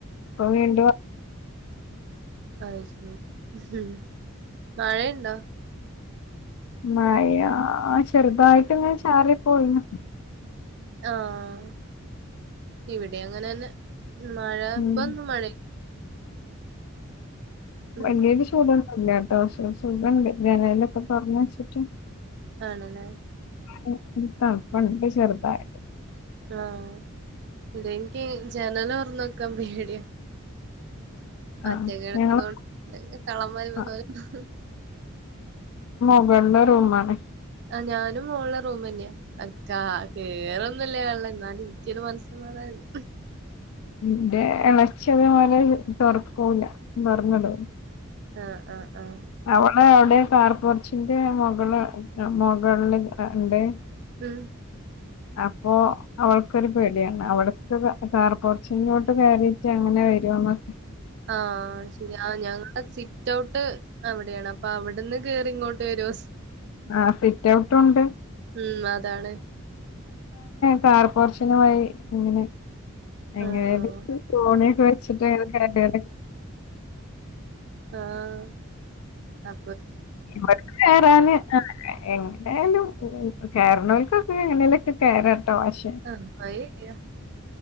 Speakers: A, on the left; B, on the right.
A: <unintelligible> ഉം <unintelligible>
B: അയ്ശരി മഴേണ്ടോ
A: മഴാ ചെറുതായിട്ടിങ്ങനെ ചാറി പോയിന്നു
B: ആഹ് ഇവിടെം അങ്ങനെന്നെ മഴ
A: ഉം
B: ഇപ്പൊന്നും മഴ-
A: ഭയങ്കരേയ്ട്ട്
B: ഉം
A: ചൂടൊന്നുല്ല. ഓസോ സോ സുഖണ്ട് ജനലൊക്കെ തൊറന്ന് വെച്ചിട്ട്
B: ആണല്ലേ
A: ഉം ഉം ഈ തണപ്പണ്ട് ചെറുതായിട്ട്
B: ആഹ് ഇതെനിക്ക് ജനലൊറന്നെക്കാൻ പേടിയാ
A: ആഹ്
B: ഒറ്റെക്കെടക്കൊന്നോടത്ത്
A: ഞങ്ങള്
B: വല്ലകള്ളമാരും വന്നാലൊ
A: ആഹ് മുകള്ളറൂമാണ്
B: ആ ഞാനും മോൾലെ റൂമന്നെയാ അ കാ കേറൊന്നുല്ല്യ ല്ലന്നാലും ഇൻക്കൊരു മനസ്സമാധാനല്ല
A: ഇന്റെ എളച്ചിതേപോലെ തൊറക്കൂല്ല പർന്നിടും
B: ആഹ് ആഹ് ആഹ്
A: അവള് അവിടെ കാർപോർച്ചിന്റെ മൊകള് മുകളില് ലിണ്ടേ
B: ഉം
A: അപ്പൊ അവൾക്കൊരു പേടിയാണ് അവടുക്ക് കാർപോർച്ച് ഇങ്ങോട്ട് കയറിട്ട് അങ്ങനെ വരോന്നൊക്കെ
B: ആഹ് ശരി ആ ഞാൻ- ആ സിറ്റ് ഔട്ട് അവിടയാണ് അപ്പൊ അവിടുന്ന് കേറി ഇങ്ങോട്ട് വരുവോ
A: ആ സിറ്റ്ഔട്ടൊണ്ട്
B: ഉം അതാണ്
A: കാർപോർഷനുമായി അങ്ങനെ എങ്ങനെ
B: ആഹ്
A: തോണിയൊക്കെ വെച്ചിട്ടെടേല്
B: ആഹ് അ
A: ഇവിടെ കേറാന് ആ എങ്ങനായാലും കേറണോൽക്കൊക്കെ എങ്ങനെലൊക്കെ കേറാ ട്ടൊ പക്ഷേ
B: ആഹ് മഴ പെയ്യാ